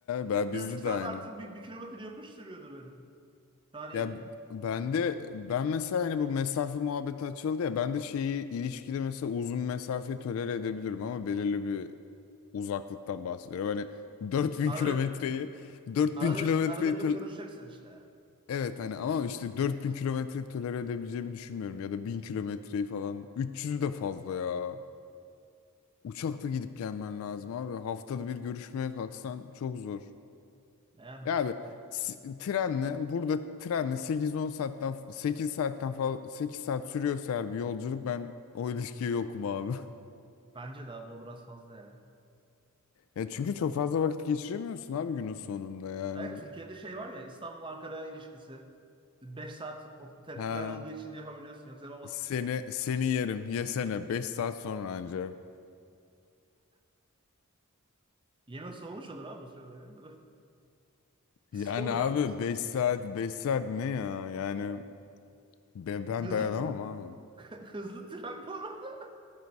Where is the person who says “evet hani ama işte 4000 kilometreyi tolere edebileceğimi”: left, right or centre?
Left